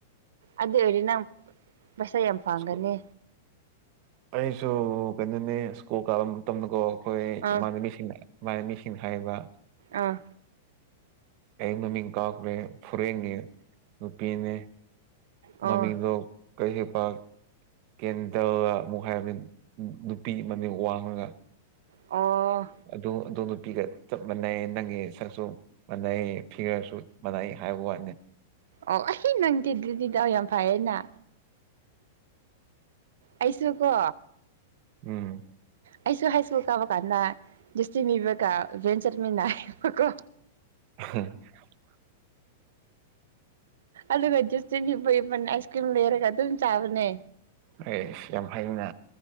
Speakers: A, on the right; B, on the right.
A: ꯑꯗꯨ ꯑꯣꯏꯔꯗꯤ ꯅꯪ ꯄꯩꯁꯥ ꯌꯥꯝ ꯐꯪꯒꯅꯤ
B: ꯁ꯭ꯀꯨ ꯑꯩꯁꯨ ꯀꯩꯅꯣꯅꯦ ꯁ꯭ꯀꯨꯜ ꯀꯥꯕ ꯃꯇꯝꯗꯀꯣ ꯑꯩꯈꯣꯏ
A: ꯑꯥ
B: ꯏꯃꯥꯟꯅꯕꯤꯁꯤꯡꯅ ꯃꯥꯥꯏ ꯃꯤꯁꯤꯡ ꯍꯥꯏꯕ
A: ꯑꯥ
B: ꯑꯩ ꯃꯃꯤꯡ ꯀꯥꯎꯈ꯭ꯔꯦ ꯐꯨꯔꯦꯟꯒꯤ ꯅꯨꯄꯤꯅꯦ
A: ꯑꯣ
B: ꯃꯃꯤꯡꯗꯣ ꯀꯩ ꯍꯩꯄ ꯀꯦꯟꯗꯜꯂ <unintelligible> ꯑꯃꯨꯛ ꯍꯥꯏꯕ ꯅꯨꯄꯤ ꯃꯃꯤꯡ ꯋꯥꯡꯉꯒ
A: ꯑꯣ
B: ꯑꯗꯣ ꯑꯗꯣ ꯄꯤꯒ ꯆꯞ ꯃꯥꯟꯅꯩ ꯅꯪꯒꯤ ꯁꯛꯁꯨ ꯃꯥꯟꯅꯩ ꯐꯤꯒꯔꯁꯨ ꯃꯥꯟꯅꯩ ꯍꯥꯏꯕ ꯋꯥꯅꯤ
A: ꯑꯣ ꯑꯩ ꯅꯪꯒꯤꯗꯨꯗꯤ ꯗꯥꯎ ꯌꯥꯝ ꯐꯩꯌꯦꯅ ꯑꯩꯁꯨ ꯀꯣ
B: ꯎꯝ
A: ꯑꯩꯁꯨ ꯍꯥꯏꯁ꯭ꯀꯨꯜ ꯀꯕ ꯀꯥꯟꯅ ꯁꯇꯤ ꯃꯤꯕꯒ ꯚꯦꯟ ꯆꯠꯃꯤꯟꯅꯕꯀꯣ
B: <inaudible>
A: ꯑꯗꯨꯒꯁ ꯑꯥꯏꯁ ꯀ꯭ꯔꯤꯝ ꯂꯩꯔꯒ ꯑꯗꯨꯝ ꯆꯥꯕꯅꯦ
B: ꯑꯦ ꯁꯤ ꯌꯥꯝꯐꯩꯅ